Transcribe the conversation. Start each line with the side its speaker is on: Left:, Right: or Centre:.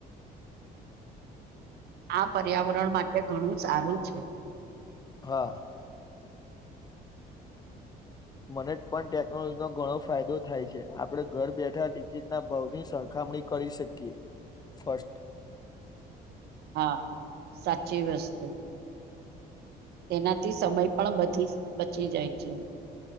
Right: આ પર્યાવરણ માટે ઘણું સારું છે
Left: હા મને પણ ટેકનોલોજી નો ઘણો ફાયદો થાય છે આપડે ઘર બેઠા ટિકિટના ભાવની સરખા મણી કરી શકીએ ફસ્ટ
Right: હા સાચી વસ્તુ તેનાથી સમય પણી બચી જાય છે